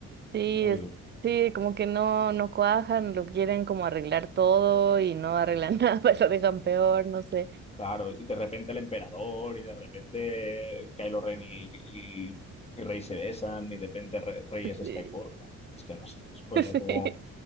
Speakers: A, on the right (about 35°); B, on the left (about 20°).
A: Sí,
B: muy
A: es-
B: duro.
A: sí, como que no, no cuajan, lo quieren como arreglar todo y no arreglan
B: Y
A: <laughs> nada, lo dejan peor, no sé.
B: claro, y de repente el emperador y de repente Kylo Ren y, y, y Rey se besan y de repente Re- Rey
A: Sí,
B: es Skywalker. Bueno, es que no sé, es pues
A: <laughs> sí,
B: ya como